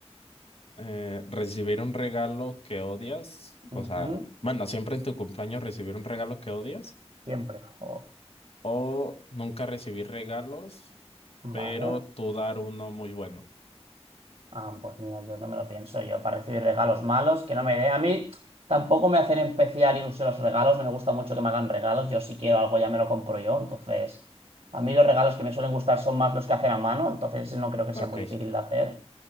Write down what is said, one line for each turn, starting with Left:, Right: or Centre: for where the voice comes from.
Left: Eh, ¿recibir un regalo que odias?
Right: Ujú,
Left: O sea, bueno, siempre en tu cumpleaños recibir un regalo que odias
Right: Siempre. Jo,
Left: o nunca recibir regalos,
Right: vale.
Left: pero tú dar uno muy bueno.
Right: Ah, pues mira, yo no me lo pienso. Yo para recibir regalos malos, que no me dé. A mí tampoco me hacen especial ilusión los regalos. No me gusta mucho que me hagan regalos. Yo si quiero algo ya me lo compro yo. Entonces, a mí los regalos que me suelen gustar son más los que hacer a mano. Entonces no creo que sea
Left: Ok,
Right: muy difícil de hacer.